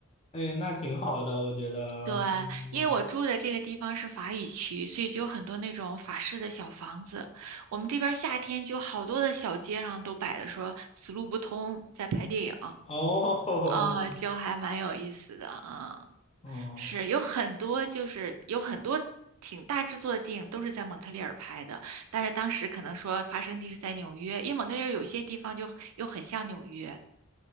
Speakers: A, on the left; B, on the right.
A: 哎，那挺好的，我觉得，
B: 对，
A: 嗯
B: 因为我住的这个地方是法语区，所以就有很多那种法式的小房子。我们这边儿夏天就好多的小街上都摆着说“死路不通”在拍电影，
A: 哦，
B: 呃，就还蛮有意思的。嗯，
A: 嗯，
B: 是有很多就是有很多挺大制作的电影都是在蒙特利尔拍的，但是当时可能说发生地是在纽约，因为蒙特利尔有些地方就又很像纽约，